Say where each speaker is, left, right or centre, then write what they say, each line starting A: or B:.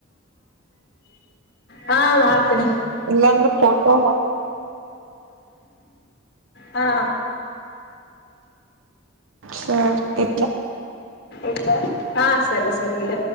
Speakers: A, on the left; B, on the right.
A: ಹ ಮಾಡ್ತೇನೆ
B: ಇಲ್ಲಾಂದ್ರೆ ಫೋಟೋ
A: ಹಾ
B: ಸರ್ ಎ
A: ಇಲ್ಲ ಹಾ ಸರಿ ಸರಿ ಇಡ